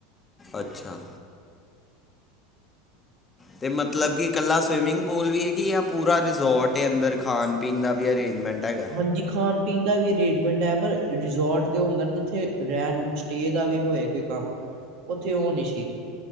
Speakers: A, on the left (about 20°); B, on the right (about 60°).
A: ਅੱਛਾ। ਤੇ ਮਤਲਬ ਕੀ ਇਕੱਲਾ ਸਵੀਮਿੰਗ ਪੂਲ ਵੀ ਹੈਗੀ ਆ ਪੂਰਾ ਰਿਜੋਰਟ ਅੰਦਰ ਖਾਣ- ਪੀਣ ਦਾ ਵੀ ਅਰੇਂਜਮੈਂਟ ਹੈਗਾ।
B: ਹਾਂਜੀ ਖਾਣ- ਪੀਣ ਦਾ ਵੀ ਅਰੇਂਜਮੈਂਟ ਹੈ। ਪਰ ਰਿਜ਼ੋਰਟ ਜੋ ਹੁੰਦਾ ਨਾ ਜਿੱਥੇ ਰਹਿਣ। ਸਟੇਅ ਦਾ ਵੀ ਹੋਏ ਕੋਈ ਕੰਮ ਉੱਥੇ ਉਹ ਨਹੀਂ ਸੀ।